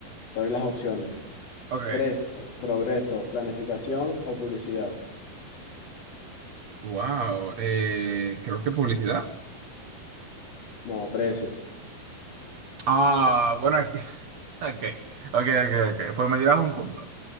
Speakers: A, on the left; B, on the right.
A: Te doy las opciones.
B: Ok.
A: Precio, progreso, planificación o publicidad.
B: Wow. eh, creo que publicidad.
A: No, precio.
B: Ah, bueno, es que... <laughs> Ok, ok, ok, ok. Pues me llevas un punto.